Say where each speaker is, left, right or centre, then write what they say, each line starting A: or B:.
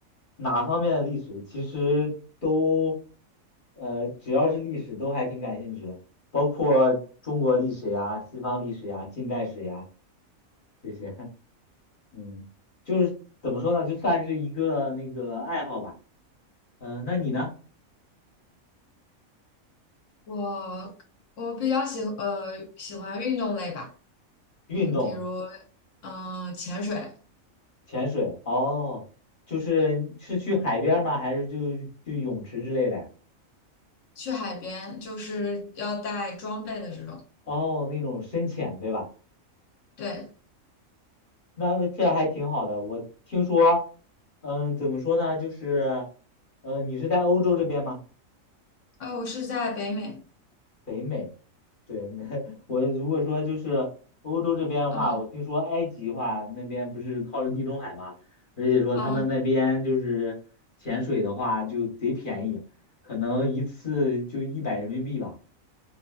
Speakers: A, on the left; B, on the left.
A: 哪方面的历史，其实都，呃，只要是历史都还挺感兴趣的，包括中国历史呀、西方历史呀、近代史呀这些，<laughs> 嗯，就是怎么说呢，就算是一个那个爱好吧。嗯、那你呢？
B: 我我比较喜呃喜欢运动类吧，
A: 运动？
B: 嗯，比如嗯、呃潜水，
A: 潜水哦，就是是去海边儿吗？还是就去泳池之类的呀？
B: 去海边就是要带装备的这种。
A: 哦，那种深潜对吧？
B: 对，
A: 那这还挺好的。我听说，嗯，怎么说呢？就是，嗯，你是在欧洲这边吗？
B: 呃，我是在北美，
A: 北美，对，那 <laughs> 我如果说就是欧洲这边的话，
B: 嗯
A: 我听说埃及的话，那边不是靠着地中海嘛，而且说他们那边就是潜水的话就贼便宜，
B: 嗯
A: 可能一次就一百人民币吧。